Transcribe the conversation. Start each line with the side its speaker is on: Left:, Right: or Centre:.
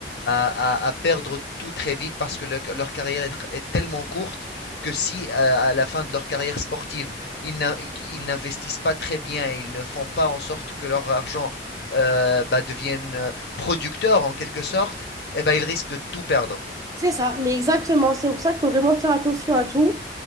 Left: à- à perdre tout très vite parce que le- leur carrière est tellement courte que si euh, à la fin de leur carrière sportive, ils n'a- ils n'investissent pas très bien, ils ne font pas en sorte que leur argent euh, bah, devienne euh, producteur en quelque sorte, eh ben, ils risquent de tout perdre.
Right: C'est ça, mais exactement. C'est pour ça qu'il faut vraiment faire attention à tout